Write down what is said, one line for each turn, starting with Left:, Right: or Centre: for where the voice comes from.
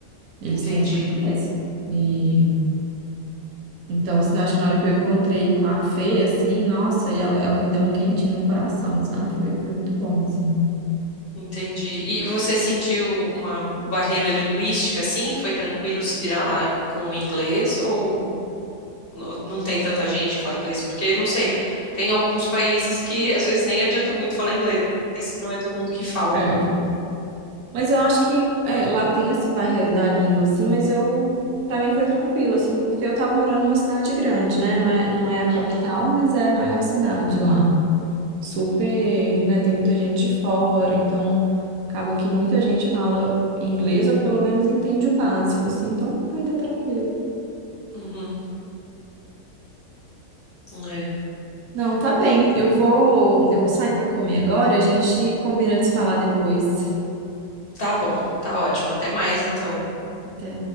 Right: Eles
Left: entendi.
Right: têm isso na cabeça. e então, assim, eu acho que na hora que eu encontrei com a Fê, assim, nossa, e ela, ela me deu um quentinho no coração, sabe? Foi, foi muito bom, assim.
Left: Entendi. E você sentiu uma barreira linguística assim? Foi tranquilo se virar lá com o inglês? Ou n- não tem tanta gente que fala inglês? Porque, não sei, tem alguns países que às vezes nem adianta muito falar inglês, que não é todo mundo que fala.
Right: É.
Left: E...
Right: Mas eu acho que é, lá tem essa barreira da língua, assim, mas eu, para mim foi tranquilo, assim, porque eu tava morando numa cidade grande, né? Não é, não é a capital,
Left: Uhum,
Right: mas é a maior cidade lá. Super, né? Tem muita gente de fora, então acaba que muita gente fala inglês ou pelo menos entende o básico, assim, então foi até tranquilo.
Left: uhum, é.
Right: Não, tá bem. Eu vou, eu vou sair para comer agora. A gente combina de se falar depois.
Left: Tá bom, tá ótimo. Até mais então.
Right: Até.